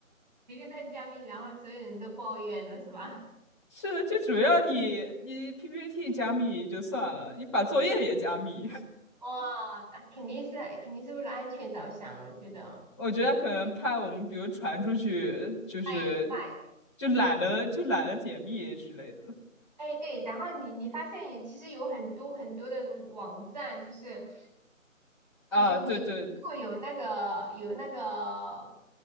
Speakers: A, on the right; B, on the left.
A: 一个在加密，然后所有人都抱怨了是吧？
B: 是的，就主要你你 PPT 加密就算了，你把作业也加密。<laughs>
A: 哇，啊肯定是肯定是为了安全着想，我觉得
B: 我觉得可能怕我们，比如传出去，就是
A: 卖卖，
B: 就懒得就懒得解密之类的
A: 哎对，然后你你发现也其实有很多很多的网站，就是
B: 啊。
A: 就是你如果有那个有那个
B: 对对，